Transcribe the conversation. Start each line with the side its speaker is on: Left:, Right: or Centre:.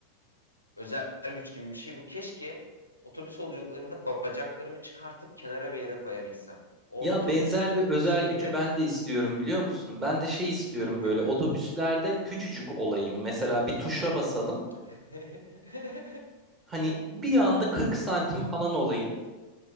Left: özel güç gibi bir şey bu. Keşke otobüs yolculuklarında bacaklarımı çıkartıp kenara bir yere koyabilsem. O
Right: Ya
Left: otobüs
Right: benzer bir özel
Left: şeyinde
Right: gücü ben de istiyorum biliyor musun? Ben de şey istiyorum
Left: çok
Right: böyle
Left: yorucu.
Right: otobüslerde küçücük olayım. Mesela bir tuşa basalım.
Left: <laughs>
Right: Hani bir anda 40 santim falan olayım.